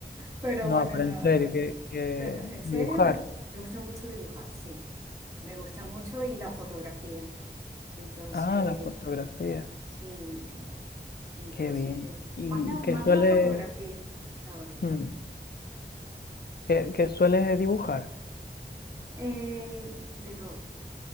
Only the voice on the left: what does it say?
No,
pero
en serio,
que, que
dibujar.
Ah, la fotografía.
Qué bien. ¿Y
qué
suele,
mm, qué, qué sueles dibujar?